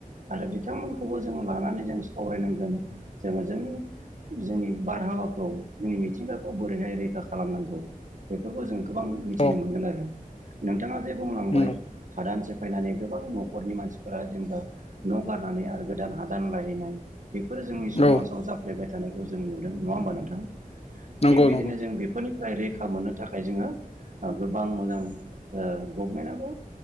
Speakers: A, on the right; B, on the left.
A: आरो बिथांमोनखौबो जों लानानै जों सावरायनांगोन जोङो जोंनि जोंनि बारहावाखौ जोंनि मिथिंगाखौ खौ बोरैहाय रैखा खालामनांगौ बेफोरखौ जों गोबां मिथिनो
B: औ
A: मोनगोन आरो बिथाङा जे बुंलांबाय
B: नंगौ
A: हादान से फायनानै गोबां न'खरनि मानसिफोरा जेनेबा न' गारनानै आरो गोदान हादान लाहैनाय बेफोर जोंनि समाजाव
B: औ
A: जाफ्लेबाय थानायखौ जों नुदों नङा होमबा नोंथां
B: नंगौ
A: थिग बिदिनो
B: नंगौ
A: जों बेफोरनिफ्राय रैखा मोननो थाखाय जोङो गोबां मोजां ओ गभमेन्टआबो